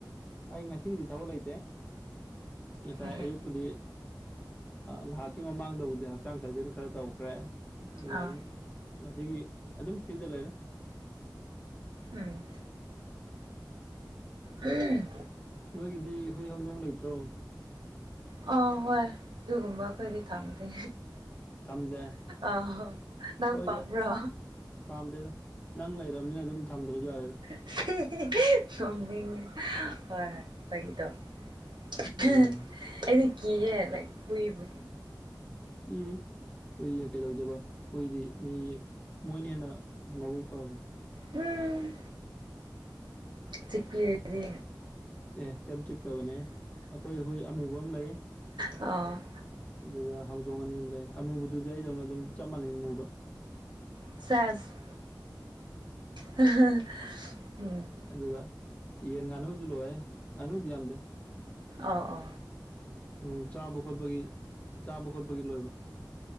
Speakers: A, on the left; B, on the right.
A: ꯑꯩ ꯉꯁꯤꯒꯤꯗꯤ ꯊꯕꯛ ꯂꯩꯇꯦ ꯉꯁꯥꯏ
B: ꯍꯦꯍꯦ
A: ꯑꯌꯨꯛꯄꯨꯗꯤ ꯉꯥꯏꯍꯥꯛꯀꯤ ꯃꯃꯥꯡꯗꯕꯨꯗꯤ ꯍꯛꯆꯥꯡ ꯁꯥꯖꯦꯟ ꯈꯔ ꯇꯧꯈ꯭ꯔꯦ ꯑꯗꯨꯒ
B: ꯑꯥ
A: ꯑꯗꯨꯝ ꯉꯁꯤꯒꯤ ꯑꯗꯨꯝ ꯐ꯭ꯔꯤꯗ ꯂꯩꯔꯦ
B: ꯎꯝ ꯎꯝ
A: ꯅꯣꯏꯒꯤꯗꯤ ꯍꯨꯏ ꯍꯧꯗꯣꯡ ꯂꯩꯇ꯭ꯔꯣ
B: ꯑ ꯍꯣꯏ ꯑꯗꯨꯒꯨꯝꯕ ꯈꯣꯏꯗꯤ ꯊꯝꯗꯦ
A: ꯊꯝꯗꯦ
B: ꯑ ꯍꯣ ꯅꯪ
A: ꯍꯣꯏꯗ
B: ꯄꯥꯝꯕ꯭ꯔꯣ
A: ꯄꯥꯝꯗꯦꯗ ꯅꯪ ꯂꯩꯔꯕꯅꯤꯅ ꯑꯗꯨꯝ ꯊꯝꯗ꯭ꯔꯁꯨ ꯌꯥꯔꯦꯗ
B: ꯍꯤ ꯍꯤ ꯅꯣꯛꯅꯤꯉꯦ ꯍꯣꯏ ꯍꯣꯏ ꯐꯒꯤ ꯇꯧꯕꯅꯦ
A: ꯎꯝ
B: ꯑꯦꯗꯤ ꯀꯤꯌꯦ ꯂꯥꯛ ꯍꯏꯕꯨ
A: ꯎꯝ ꯍꯨꯏ ꯀꯩꯗꯧꯗꯕ ꯍꯨꯏꯗꯤ ꯃꯤ ꯃꯣꯏꯅ ꯍꯦꯟꯅ ꯃꯕꯨꯛ ꯐꯕꯅꯤ
B: ꯎꯝ ꯁꯤꯄꯤ ꯑꯦꯗꯤ
A: ꯑꯦ ꯀꯦꯞ ꯆꯤꯛꯇꯕꯅꯦ ꯑꯩꯈꯣꯏ ꯍꯨꯏ ꯑꯃꯨꯕ ꯑꯃ ꯂꯩ
B: ꯑ
A: ꯑꯗꯨꯒ ꯍꯧꯗꯣꯡ ꯑꯅꯤ ꯑꯃ ꯂꯩ ꯑꯃꯨꯕꯗꯨꯗꯤ ꯑꯩꯗꯧꯅ ꯑꯗꯨꯝ ꯆꯞ ꯃꯥꯟꯅꯩ ꯑꯃꯨꯕ
B: ꯁꯦꯖ ꯎꯝ
A: ꯑꯗꯨꯒ ꯌꯦꯟ ꯉꯥꯅꯨꯁꯨ ꯂꯣꯏꯦ ꯉꯥꯅꯨꯗꯤ ꯌꯥꯝꯗꯦ
B: ꯑꯥꯎ ꯑ
A: ꯎꯝ ꯆꯥꯕ ꯈꯣꯠꯄꯒꯤ ꯆꯥꯕ ꯈꯣꯠꯄꯒꯤ ꯂꯣꯏꯕ